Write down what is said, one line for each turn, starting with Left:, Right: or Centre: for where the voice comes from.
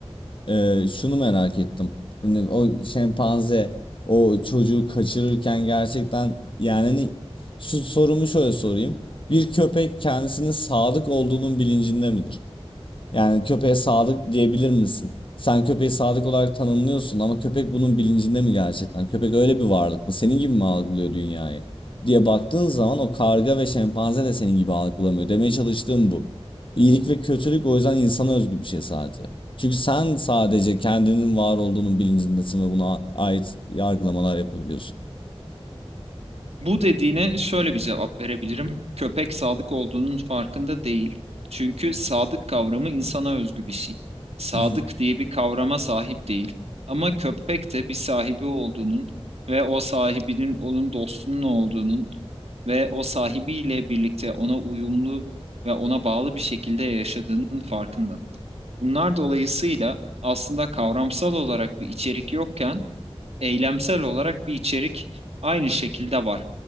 Left: e, şunu merak ettim. Şimdi o şempanze o çocuğu kaçırırken gerçekten yani hani şu sorumu şöyle sorayım. Bir köpek kendisinin sadık olduğunun bilincinde midir? Yani köpeğe sadık diyebilir misin? Sen köpeği sadık olarak tanımlıyorsun ama köpek bunun bilincinde mi gerçekten? Köpek öyle bir varlık mı? Senin gibi mi algılıyor dünyayı? diye baktığın zaman o karga ve şempanze de senin gibi algılamıyor. Demeye çalıştığım bu. İyilik ve kötülük o yüzden insana özgü bir şey sadece. Çünkü sen sadece kendinin var olduğunun bilincindesin ve buna ait yargılamalar yapabiliyorsun.
Right: Bu dediğine şöyle bir cevap verebilirim. Köpek sadık olduğunun farkında değil. Çünkü sadık kavramı insana özgü bir şey. Sadık
Left: <laughs>
Right: diye bir kavrama sahip değil. Ama köpek de bir sahibi olduğunun ve o sahibinin onun dostunun olduğunun ve o sahibiyle birlikte ona uyumlu ve ona bağlı bir şekilde yaşadığının farkında. Bunlar dolayısıyla aslında kavramsal olarak bir içerik yokken eylemsel olarak bir içerik aynı şekilde var.